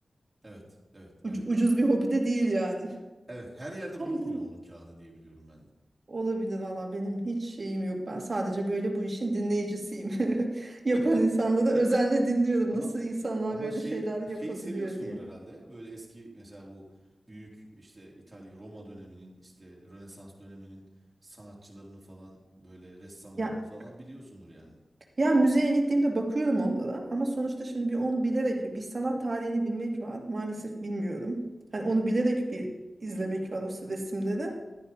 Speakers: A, on the right (about 25°); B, on the right (about 50°).
A: Evet, evet,
B: Ucu-
A: evet,
B: ucuz
A: evet.
B: bir hobi de değil yani.
A: Evet, her yerde
B: <laughs>
A: bulunmuyor onun kağıdı diye biliyorum ben de.
B: Olabilir valla benim hiç şeyim yok. Ben sadece böyle bu işin dinleyicisiyim. <laughs> Yapan
A: <laughs>
B: insanları özenle dinliyorum.
A: Ama
B: Nasıl insanlar
A: Ama
B: böyle
A: şey
B: şeyler yapabiliyor
A: şeyi seviyorsundur
B: diye.
A: herhalde ya. Böyle eski mesela bu büyük işte İtalya Roma döneminin işte Rönesans döneminin sanatçılarını falan böyle ressamlarını
B: Ya
A: falan biliyorsundur yani.
B: Ya müzeye gittiğimde bakıyorum onlara ama sonuçta şimdi bir onu bilerek bir sanat tarihini bilmek var. Maalesef bilmiyorum. Hani onu bilerek bir izlemek var o resimleri.